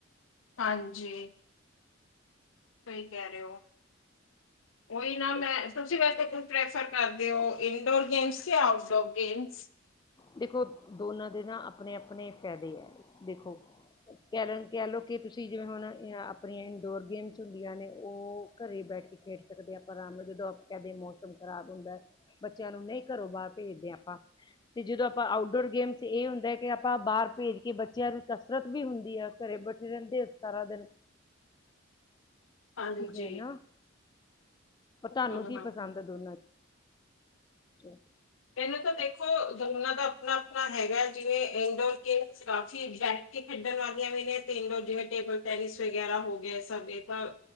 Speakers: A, on the left (about 80°); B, on the left (about 20°).
A: ਹਾਂਜੀ। ਸਹੀ ਕਹਿ ਰਹੇ ਹੋ ਉਹੀ ਨ ਮੈਂ, ਤੁਸੀਂ ਵੈਸੇ ਕੀ ਪ੍ਰੈਫਰ ਕਰਦੇ ਹੋ ਇੰਡੋਰ ਗੇਮਸ ਯਾ ਆਊਟਡੋਰ ਗੇਮਸ?
B: ਦੇਖੋ ਦੋਨਾਂ ਦੇ ਨਾ ਆਪਣੇ-ਆਪਣੇ ਫਾਇਦੇ ਹੈ ਦੇਖੋ ਕੈਰਨ ਕਹਿ ਲਓ ਕਿ ਤੁਸੀ ਜਿਵੇਂ ਹੁਣ ਅ ਆਪਣੀ ਐਨ ਡੋਰ ਗੇਮਸ ਹੁੰਦੀਆਂ ਨੇ ਉਹ ਘਰੇ ਬੈਠ ਕੇ ਖੇਡ ਸਕਦੇ ਆਪਾਂ ਆਰਾਮ ਨਾਲ ਜਦੋਂ ਆਪ ਕਹਿੰਦੇ ਮੌਸਮ ਖਰਾਬ ਹੁੰ ਬੱਚਿਆਂ ਨੂੰ ਨਹੀਂ ਘਰੋਂ ਬਾਹਰ ਭੇਜਦੇ ਹਾਂ ਆਪਾਂ। ਤੇ ਜਦੋਂ ਆਪਾਂ ਆਊਟਡੋਰ ਗੇਮਸ ਇਹ ਹੁੰਦਾ ਹੈ ਕਿ ਆਪਾਂ ਬਾਹਰ ਭੇਜ ਕੇ ਬੱਚਿਆਂ ਨੂੰ ਕਸਰਤ ਵੀ ਹੁੰਦੀ ਆ ਘਰੇ ਬੈਠੇ ਰਹਿੰਦੇ ਆ ਸਾਰਾ ਦਿਨ।
A: ਹਾਂਜੀ।
B: ਠੀਕ ਹੈ ਨਾ ਪਰ ਤੁਹਾਨੂੰ
A: ਹੂੰ
B: ਕੀ
A: ਹੂੰ।
B: ਪਸੰਦ ਹੈ ਦੋਨਾਂ ਚ। <unintelligible>
A: ਮੈਨੂੰ ਤਾਂ ਦੇਖੋ ਦੋਨਾਂ ਦਾ ਆਪਣਾ-ਆਪਣਾ ਹੈਗਾ ਹੈ, ਜਿਵੇਂ ਇੰਡੋਰ ਗੇਮਸ ਕਾਫੀ ਐਗਜੈਕਟ ਕੇ ਖੇਡਣ ਵਾਲੀਆਂ ਵੀ ਨੇ ਇਨਡੋਰ ਗੇਮ ਜਿਵੇਂ ਟੇਬਲ ਟੈਨਿਸ ਵਗੈਰਾ ਹੋ ਗਿਆ ਸਭ ਇਹ ਤਾਂ